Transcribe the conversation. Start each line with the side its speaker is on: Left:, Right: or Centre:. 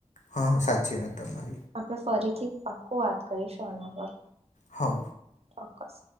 Left: હા સાચી વાત તમારે
Right: આપડણે ફરીથી પાક્કું વાત કરીશું આના પર
Left: હવ
Right: ચોક્કસ